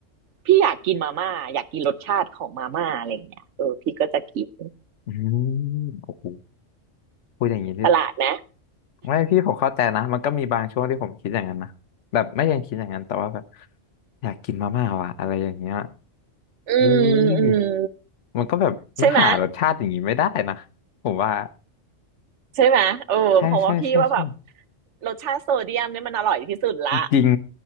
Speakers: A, on the right; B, on the left.
A: พี่อยากกินมาม่าอยากกินรสชาติของมาม่าอะไรอย่างเงี้ยเออพี่ก็จะกิน
B: อืมโอ้โหพูดอย่างนี้นี่
A: ประหลาดไหม
B: ไม่พี่ผมเข้าใจนะมันก็มีบางช่วงที่ผมคิดอย่างนั้นนะแบบไม่ยังคิดอย่างนั้นแต่ว่าแบบอยากกินมาม่าว่ะอะไรอย่างเงี้ย
A: อืมอืม
B: เฮ้ยมันก็แบบมันหารสชาติอย่างนี้ไม่ได้นะผมว่า
A: ใช่ไหมใช่ไหมเออเพราะว่าพี่ว่าแบบ
B: ใช่ใช่ใช่ใช่
A: รสชาติโซเดียมเนี่ยมันอร่อยที่สุดละ
B: จริง